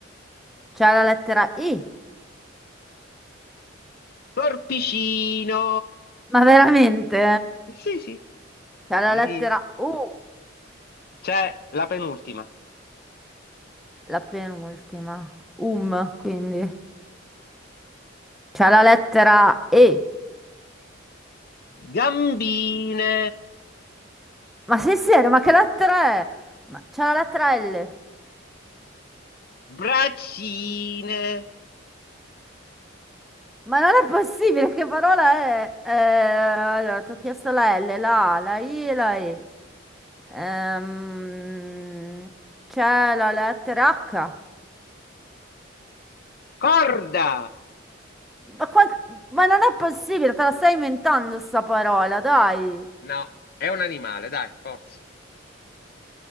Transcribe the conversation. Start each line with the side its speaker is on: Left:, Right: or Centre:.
Centre: C'è la lettera I?
Left: Corpicino.
Centre: Ma veramente?
Left: Sì, sì.
Centre: C'è
Left: Sì.
Centre: la lettera U,
Left: C'è la penultima.
Centre: la penultima. Um, quindi. C'è la lettera E.
Left: Gambine.
Centre: Ma sei serio? Ma che lettera è? Ma c'è la lettera L.
Left: Braccine.
Centre: Ma non è possibile, che parola è? Eh, allora, ti ho chiesto la L, la A, la I e la E. Ehm, c'è la lettera H.
Left: Corda.
Centre: Ma, qua- ma non è possibile, te la stai inventando sta parola, dai.
Left: No, è un animale, dai, forza.